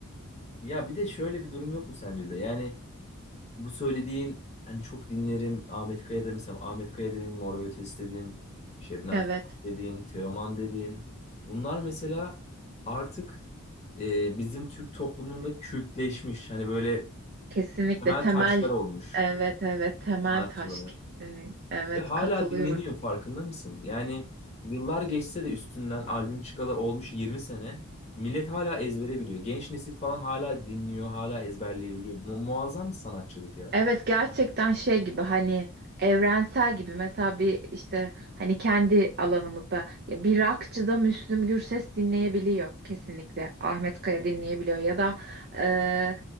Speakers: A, on the left; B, on the right.
A: Ya bir de şöyle bir durum yok mu sence de? Yani bu söylediğin hani çok dinlerim Ahmet Kaya da mesela Ahmet Kaya dedin, Mor ve Ötesi dedin, Şebnem
B: evet.
A: Ferah dedin, Teoman dedin. Bunlar mesela artık e, bizim Türk toplumunda kültleşmiş. Hani böyle
B: Kesinlikle
A: temel
B: temel
A: taşlar olmuş
B: evet evet temel
A: sanatçılara.
B: taş kesinlikle evet
A: Ve hala
B: katılıyorum.
A: dinleniyor farkında mısın? Yani yıllar geçse de üstünden albüm çıkalı olmuş 20 sene millet hala ezbere biliyor. Genç nesil falan hala dinliyor, hala ezberleyebiliyor. Mu- muazzam bir sanatçılık ya.
B: Evet gerçekten şey gibi hani evrensel gibi mesela bir işte hani kendi alanımızda ya bir rockçıda Müslüm Gürses dinleyebiliyor kesinlikle Ahmet Kaya dinleyebiliyor ya da e,